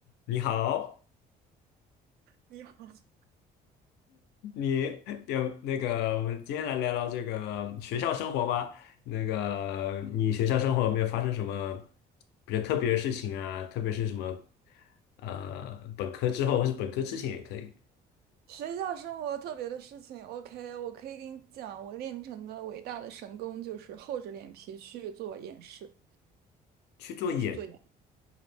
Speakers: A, on the left; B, on the right.
A: 你好，
B: 你好，<laughs>
A: 你有那个，我们今天来聊聊这个学校生活吧。那个，你学校生活有没有发生什么比较特别的事情啊？特别是什么，呃，本科之后或是本科之前也可以
B: 学校生活特别的事情，OK，我可以给你讲，我练成的伟大的神功就是厚着脸皮去做演示，
A: 去做演
B: 去做演